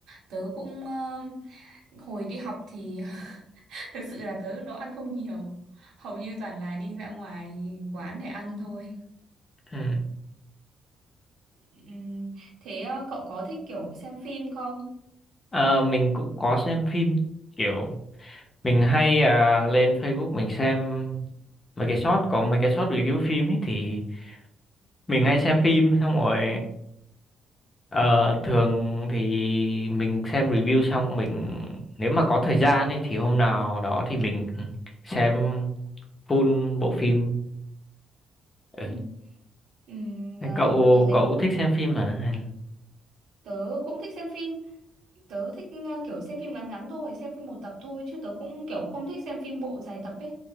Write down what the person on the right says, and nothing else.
Tớ cũng ờ, hồi đi học thì <laughs> thực sự là tớ nấu ăn không nhiều, hầu như toàn là đi ra ngoài quán để ăn thôi.
Ừm, Thế ờ, cậu có thích kiểu xem phim không?
Ừ. Ừm,
ờ,
tớ thấy
tớ cũng thích xem phim tớ thích ờ, kiểu xem phim ngắn ngắn thôi xem phim một tập thôi chứ tớ cũng kiểu không thích xem phim bộ dài tập ấy